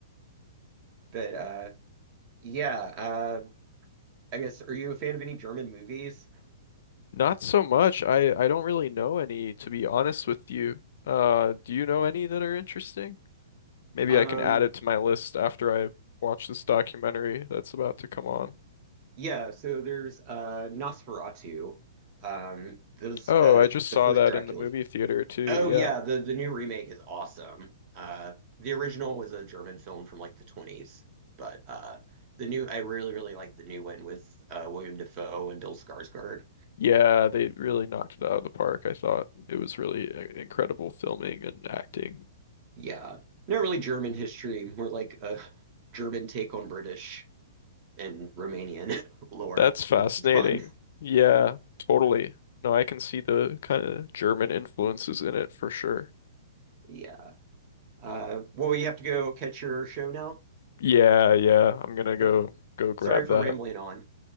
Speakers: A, on the right; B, on the left.
A: But uh, yeah, uh, I guess are you a fan of any German movies?
B: Not so much. I I don't really know any, to be honest with you. Uh, do you know any that are interesting? Maybe
A: Um,
B: I can add it to my list after I watch this documentary that's about to come on.
A: yeah, so there's uh, Nosferatu. Um, there's
B: Oh,
A: uh,
B: I just
A: the
B: saw
A: first
B: that
A: Dracula.
B: in the movie theater too.
A: Oh
B: Yeah.
A: yeah, the the new remake is awesome. Uh, the original was a German film from like the 20s, but uh, the new I really really like the new one with uh, William Dafoe and Bill Skarsgård.
B: Yeah, they really knocked it out of the park. I thought it was really i- incredible filming and acting.
A: Yeah. Not really German history, more like a German take on British and Romanian <laughs> lore.
B: That's fascinating.
A: It's fun.
B: Yeah, totally. No, I can see the kind of German influences in it for sure.
A: Yeah. Uh, well, you have to go catch your show now?
B: Yeah, yeah. I'm gonna go
A: Okay.
B: go grab
A: Sorry for
B: that.
A: rambling on.